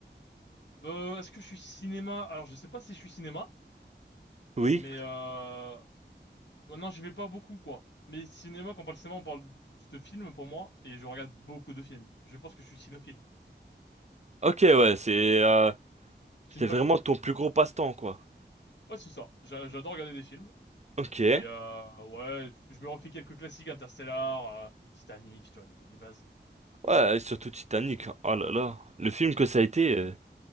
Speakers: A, on the left; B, on the right.
A: Euh, est-ce que je suis cinéma? Alors, je sais pas si je suis cinéma,
B: Oui.
A: mais euh, oh non, j'y vais pas beaucoup, quoi. Mais cinéma, quand on parle cinéma, on parle juste de films pour moi, et je regarde beaucoup de films. Je pense que je suis cinéphile.
B: Ok, ouais, c'est euh,
A: C'est
B: c'était
A: une passion.
B: vraiment ton plus gros passe-temps, quoi.
A: Ouais, c'est ça. J'a- J'adore regarder des films.
B: Ok.
A: Et euh, ouais, je me refais quelques classiques, Interstellar, euh, Titanic, tu vois, les, les bases.
B: Ouais, et surtout Titanic. Oh là là. Le film que ça
A: Ah,
B: a été,
A: quel film.
B: euh,